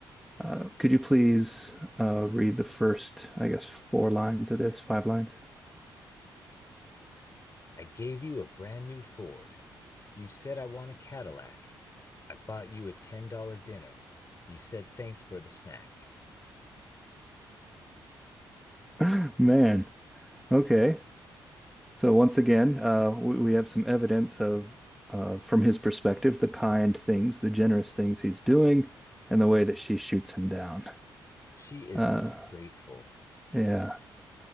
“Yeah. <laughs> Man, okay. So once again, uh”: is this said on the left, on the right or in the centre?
Centre